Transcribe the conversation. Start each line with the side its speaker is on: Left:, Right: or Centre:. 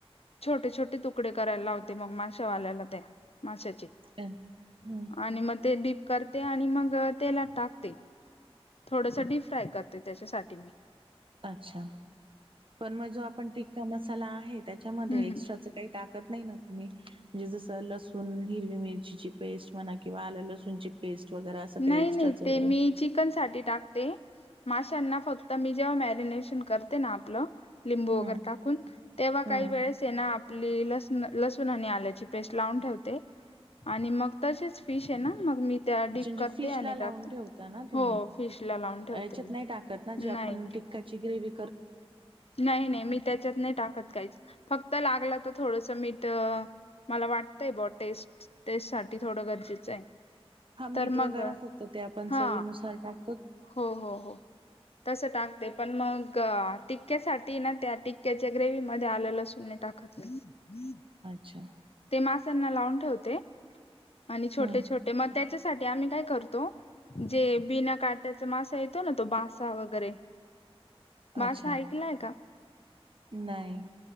Left: छोटे छोटे तुकडे करायला लावते मग माश्यावाल्याला त्या माशाचे,
Right: अ हम्म
Left: आणि मग ते डीप करते, आणि मग तेलात टाकते, थोडसं डीप फ्राय करते त्याच्यासाठी मी.
Right: अच्छा, पण मग जो आपण टिक्का मसाला आहे त्याच्यामध्ये
Left: हम्
Right: एक्स्ट्राच काही टाक ते नाही ना तुम्ही म्हणजे जसं लसूण, हिरवी मिरचीची पेस्ट म्हणा किंवा आलं लसूणची पेस्ट वगैरे असं काही
Left: नाही
Right: एक्स्ट्राच
Left: नाही
Right: वगैरे
Left: ते मी चिकन साठी टाकते. माश्यांना फक्त मी जेव्हा मॅरिनेशन करते ना आपलं लिंबू
Right: हं
Left: वगैरे टाकून तेव्हा
Right: हं
Left: काही वेळेस येना आपली लस लसूण आणि आल्याची पेस्ट लावून ठेवते. आणि मग तसेच फिश आहे ना मग मी त्या
Right: अच्छा
Left: डीप
Right: म्हणजे
Left: करते
Right: फिशला
Left: आणि
Right: लावून
Left: टाकते
Right: ठेवता ना तुम्ही,
Left: हो फिश ला लावून ठेवते
Right: याच्यात
Left: मी
Right: नाही टाकत ना जी आपण
Left: नाही
Right: टिक्काची ग्रेवी.
Left: नाही नाही मी त्याच्यात नाही टाकत काहीच फक्त. लागला तर थोडंसं मीठ मला वाटतंय ब टेस्ट. टेहसाठी थोडं गरजेचं आहे.
Right: हा
Left: तर
Right: मीठ
Left: मग
Right: वगैरे फक्त ते आपण
Left: हा
Right: चवीनुसार टाक
Left: हो हो हो. तसं टाकते पण मग टिक्क्यासाठी ना त्या टिक्क्याच्या ग्रेवी मध्ये आलं लसूण नाही टाक खत नाही. <unintelligible>
Right: अच्छा.
Left: ते मास्यांना लावून ठेवते आणि छोटे,
Right: हं
Left: छोटे मग त्याच्या साठी आम्ही काय करतो जे बिना काट्याचा मासा येतो ना तो बास सा वगैरे मासा
Right: अच्छा
Left: ऐकलाय का?
Right: नाही